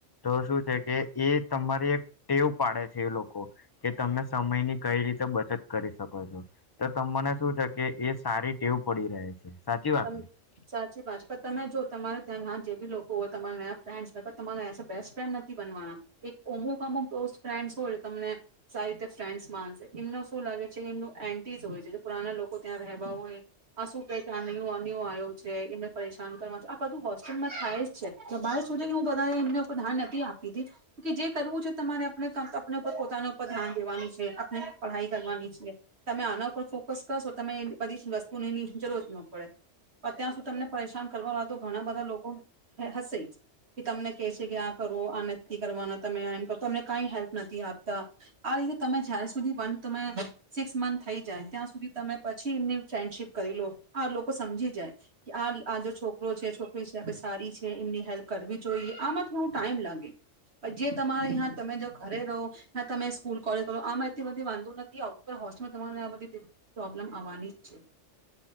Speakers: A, on the left (about 30°); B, on the right (about 60°).
A: તો શું છે કે એ તમારી એક ટેવ પાડે છે એ લોકો કે તમે સમયની કઈ રીતે બચત કરી શકો છો તો ત મને શું છે કે એ સારી ટેવ પડી રહે છે. સાચી વાત
B: ત
A: ને
B: સાચથી પાંચ તમે જો તમારે ત્યાં ઘ જે બી લોકો હોય તમારા ન ફ્રેન્ડસ હોય તમારે એસે બેસ્ટ ફ્રેન્ડ નથી બનવાના એક અમુક અમુક ક્લોઝ ફ્રેન્ડ્સ હોય તમને સારી રીતે ફ્રેન્ડ્સ માન એમને શું લાગે છે એમ એન્ટીસ હોય છે પુના લોકો ત્યાં રહેવા હોય આ શું ક આ નન આવ્યો છે એમને પરેશાન કરવા આ બધું હોસ્ટેલમાં થાય છે હું બધા એમને ઉપર ધ્યાન નથી આપી દી કે જે કરવું છે તમારે આપ ઉપર પોતાના ઉપર ધ્યાન દેવાનું છે આપ પઢાઈ કરવાની છે તમે આના ઉપર ફોકસ કરશો તમે બધી જ વસ્તુનીની જરૂરત ન ડ ત્યાં સુધી તમને પરેશાન કરવા વાળા તો ઘણા બધા લોકો હશે જ કે તમને કે છે કે આ કરો આ નથી કરવાના તમે એમ કરો તમને કઈ હેલ્પ નથી આપતા આ રીતે તમે જં સુધી વ સિક્સ મંથ થઈ જાય ત્યાં સુધી તમે પછી એમની ફ્રેન્ડશીપ કરી લો આ લોકો સમજી જાય કે આ આ જો છોકરો છે છોકરી છે સારી છે એમની હેલ્પ કરવી જોઈએ આમાં થોડું ટાઈમ લાગે પણ જે તમારે્યાં તમે જો ઘરે રહો તમે સ્કૂલ કોલેજ કરો આમાં એટલી બધી વાંધો નથી આવતું પણ હોસ્ટેલમાં તમારે આ બધી પ્રોબ્લમ આવવાની જ છે